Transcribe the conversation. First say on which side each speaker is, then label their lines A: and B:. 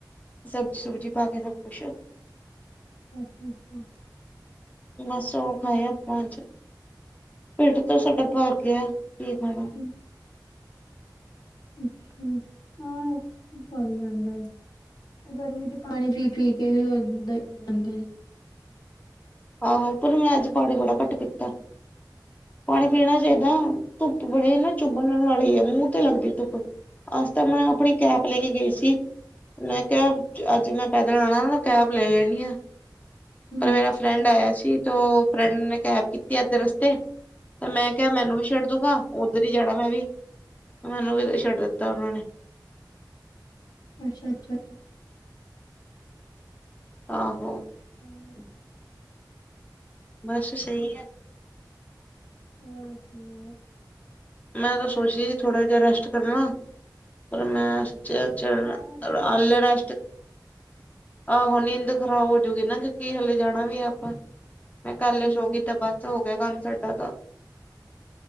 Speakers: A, on the left; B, on the left.
A: ਸਬ ਸੁਜ਼ੀ ਪਾ ਕੇ, ਸਭ ਕੁਛ।
B: ਅੱਛਾ-ਅੱਛਾ।
A: ਬੱਸ ਉਹ ਖਾਏ ਅਪਾਂ ਅੱਜ। ਟੀਡ ਤਾਂ ਸਾਡਾ ਭਰ ਗਿਆ ਏ। ਕੀ ਖਾਣਾ?
B: ਹੂੰ ਅੱਛਾ, ਆਂ ਭਰ ਈ ਜਾਂਦਾ ਹੈ। ਉਹ ਗਰਮੀ 'ਚ ਪਾਣੀ ਪੀ-ਪੀ ਕੇ ਵੀ ਉਦ ਈ <unintelligible> ਜਾਂਦਾ।
A: ਆਹੋ ਪਰ ਮੈਂ ਅੱਜ ਪਾਣੀ ਬੜਾ ਘੱਟ ਪੀਤਾ। ਪਾਣੀ ਪੀਣਾ ਚਾਹੀਦਾ ਧੁੱਪ ਬੜੀ ਨਾ ਚੁੱਭਣ ਵਾਲੀ ਹੈ ਮੂੰਹ ਤੇ ਲੱਗਦੀ ਧੁੱਪ ਅੱਜ ਤਾਂ ਮੈਂ ਆਪਣੀ ਕੈਪ ਲੈ ਕੇ ਗਈ ਸੀ, ਮੈਂ ਕਿਹਾ ਅੱਜ ਮੈਂ ਪੈਦਲਾਂ ਆਣਾ ਨਾ ਕੈਬ ਲੈ ਲੈਣੀ ਆ।
B: ਹੂੰ-ਹੂੰ-ਹੂੰ,
A: ਪਰ ਮੇਰਾ ਫਰੈਂਡ ਆਇਆ ਸੀ, ਤੇ ਔਹ ਫਰੈਂਡ ਨੇ ਕੈਬ ਕੀਤ ਤੇ ਅਦੇ ਰਸਤੇ, ਤੇ ਮੈਂ ਕਿਹਾ ਮੈਨੂੰ ਵੀ ਛੱਡ ਦੂਗਾ। ਉੱਧਰ ਈ ਜਾਣਾ ਮੈਂ ਵੀ। ਮੈਨੂੰ ਵੀ ਛੱਡ ਦਿੱਤਾ ਉਹਨਾਂ ਨੇ।
B: ਅੱਛਾ-ਅੱਛਾ।
A: ਆਹੋ।
B: <unintelligible>
A: ਬਸ ਸਹੀ ਹੈ।
B: ਹੋਰ ਸੁਣਾਓ?
A: ਮੈਂ ਤਾ ਸੋਚਦੀ ਸੀ ਥੋੜ੍ਹਾ ਜਿਹਾ ਰੈਸਟ ਕਰਨਾ ਪਰ ਮੈਂ ਚ ਚੜਨਾ,
B: ਯਾਰ ਏਦਾਂ ਨੀਂਦ
A: ਔਲਰੇਸਟ।
B: ਖਰਾਬ
A: ਆਹੋ ਨੀਂਦ ਖਰਾਬ ਹੋਜੂਗੀ ਨਾ ਕਿਉਂਕਿ ਹਲੇ ਜਾਣਾ ਵੀ ਆਪਾਂ ਮੈਂ ਕੱਲ
B: ਹੂੰ,
A: ਸ਼ ਹੋ ਗ ਤੇ ਬਸ ਹੋ ਗਿਆ ਕੰਮ ਸਾਡਾ ਤਾਂ